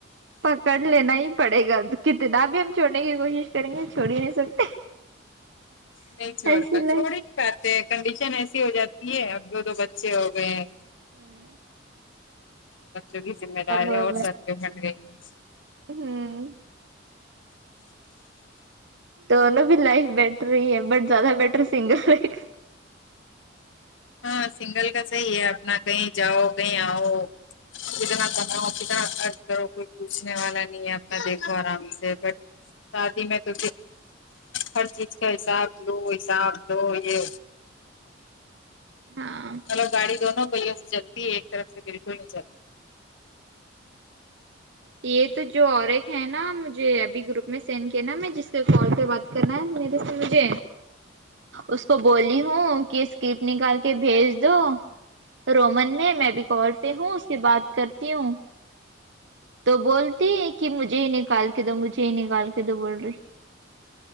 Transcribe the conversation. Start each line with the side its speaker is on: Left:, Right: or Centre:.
Right: پکڑ لینا ہی پڑے گا تو کتنا بھی ہم چھوڑنے کی کوشش کریں گے چھوڑ ہی نہیں سکتے
Left: نی چھوڈتا
Right: ایسی لائف
Left: چھوڑی نہیں کرتے ہیں کنڈیشن ایسی ہو جاتی ہے اب دو دو بچے ہو گئے ہیں
Right: ہوں
Left: بچوں کی ذمہ داریاں
Right: ہوگا
Left: اور سبکے جھگڑے ہی ہے
Right: ہوں دونوں بھی لائف بیٹر ہی ہے بٹ زیادہ بیٹر سنگل ہی ہے
Left: ہاں سنگل کا صحیح ہے اپنا کہیں جاؤ کہیں آؤ کتنا کماؤ کتنا خرچ کرو کوئی پوچھنے والا نہیں ہے اپنا دیکھو آرام سے بٹ شادی میں تو ہر چیز کا حساب لو حساب دو یہ
Right: ہاں
Left: مطلب گاڑی دونوں پہیوں سے چلتی ہے ایک طرف سے بلکل نہیں چلتی
Right: یہ تو جو اور ایک ہے نا مجھے ابھی گروپ میں سینڈ کیا نا میں جس کے کال پے بات نا میرے سے مجھے اس کو بولی ہو کہ اسکپ نکال کہ بھیج دو رومن میں میں بھی کال پہ ہوں اس سے بات کرتی ہوں تو بولتی ہے کہ مجھے ہی نکال کے دو مجھے ہی نکال کے دو بول ری